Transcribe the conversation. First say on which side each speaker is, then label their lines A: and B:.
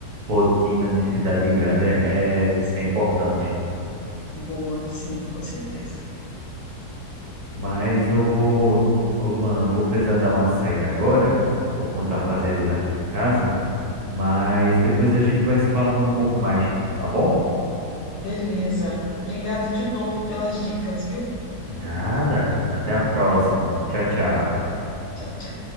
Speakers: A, on the right; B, on the left.
A: rotina de cidade grande é, é,
B: Sim.
A: é importante.
B: Boa, sim, com certeza.
A: Mas eu vou, ô Luana, eu vou precisar dar uma saída agora, tô com os afazeres aqui em casa, mas depois a gente vai se falando um pouco mais, tá bom?
B: Beleza. Obrigado de novo pelas dicas, viu?
A: Nada, até a próxima. Tchau, tchau.
B: Até. Tchau, tchau.